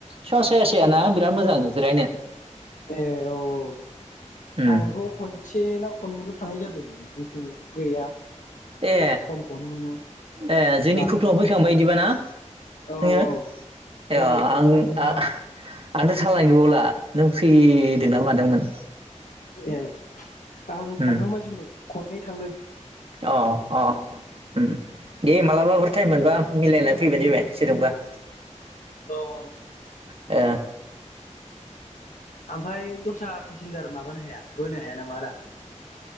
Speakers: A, on the right; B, on the left.
A: स साया सायाना बिराद मोजां जिरायनो।
B: ए औ औ
A: उम
B: आंथ' खनसे ना खननैल' थांनाय जादों। बिथिं गैया।
A: ए
B: समखौनो मोना
A: ए जोंनि
B: बांद्राय
A: खुथुयाव फैखांबाय बिदिबाना? नोङो
B: औ औ
A: ए
B: औ
A: आं
B: खनसे ना खननैल'
A: आंथ' थालानो गैबावला नों फैदोंना मादोंमोन।
B: ए आं थांखांबाय
A: उम
B: जिखुनु खननै थांदों।
A: अ अ अ। उम दे मालाबाफोर टाइम मोनबा मिलायनानै फैबानो जाबाय सोरजोंबा
B: औ औ।
A: ओ
B: ओमफ्राय दस्रा पेसेन्जार माबानो हाया बोनो हाया नामा आदा?